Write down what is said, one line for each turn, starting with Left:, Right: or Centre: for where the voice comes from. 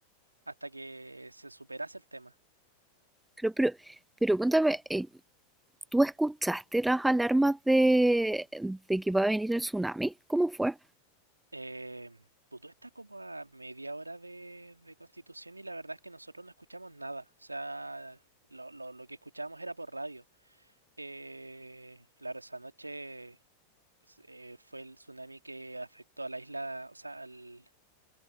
Right: hasta que se superase el tema.
Centre: Pero, pero, pero cuéntame, eh, ¿tú escuchaste las alarmas de, de que va a venir el tsunami? ¿Cómo fue?
Right: Eh, Putú está como a media hora de, de Constitución y la verdad es que nosotros no escuchamos nada. O sea, lo, lo- lo que escuchábamos era por radio. Eh, claro, esa noche. pues, eh, fue el tsunami que afectó a la isla, o sea, al,